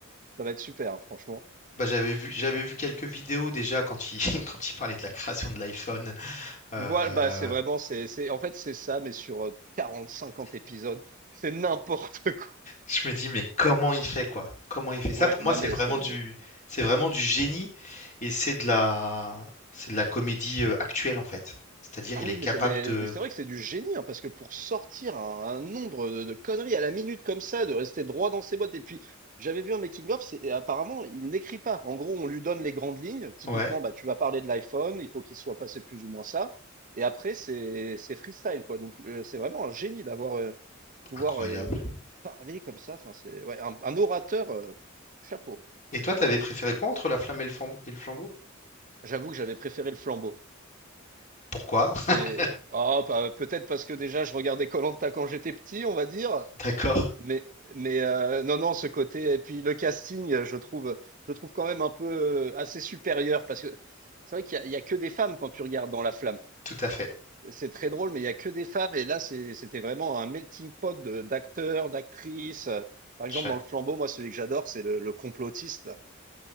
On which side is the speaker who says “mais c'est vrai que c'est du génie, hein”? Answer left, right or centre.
Right